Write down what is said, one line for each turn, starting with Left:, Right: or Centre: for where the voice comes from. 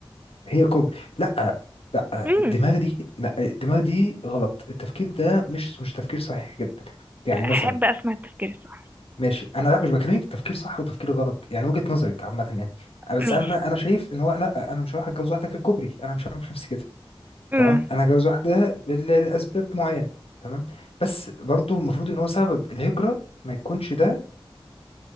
Left: هي كوبري لا لا
Right: امم
Left: الدماغ دي لا الدماغ دي غلط التفكير ده مش مش تفكير صحيح جدا يعني
Right: احب
Left: مثلا
Right: اسمع التفكير الصح
Left: ماشي انا لا مش بكلمك في تفكير صح وتفكير غلط يعني وجهة نظرك عامة يعني بس
Right: ماشي
Left: انا انا شايف ان هو لا انا مش هروح اتجوز واحدة ككوبري انا مش هعمل نفسي كده
Right: امم
Left: تمام انا هتجوز واحدة بال- لاسباب معينة تمام بس برضو المفروض ان هو سبب الهجرة ما يكونش ده